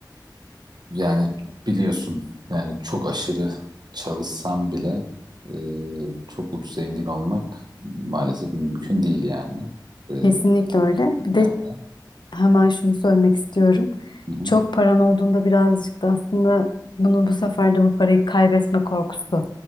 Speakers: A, on the right; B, on the left.
A: yani biliyorsun yani çok aşırı çalışsam bile eee, çok uç zengin olmak maalesef mümkün değil yani eee,
B: Kesinlikle öyle.
A: dünyada.
B: Bir de hemen şunu söylemek istiyorum.
A: Hı hı,
B: Çok paran olduğunda birazcık da aslında bunu bu sefer de bu parayı kaybetme korkusu